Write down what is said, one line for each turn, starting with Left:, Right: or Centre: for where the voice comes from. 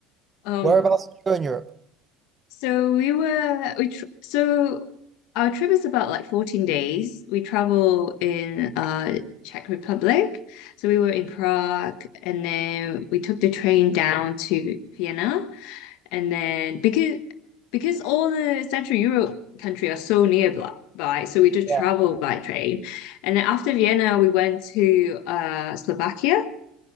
Left: Um,
Right: Whereabouts do you in Europe?
Left: So we were we tr so our trip is about like 14 days. We travel in uh Czech Republic. So we were in Prague and then we took the train down to Vienna and then because because all the Central Europe country are so nearby, so we just
Right: Yeah.
Left: traveled by train. And then after Vienna we went to uh Slovakia